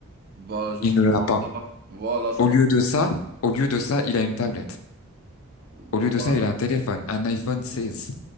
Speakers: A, on the right; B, on the left.
A: Bah, juste
B: Il ne l'a pas.
A: voilà, Voilà, ça
B: Au
A: va.
B: lieu de ça, au lieu de ça, il a une tablette.
A: Voilà.
B: Au lieu de ça, il a un téléphone, un iPhone 16.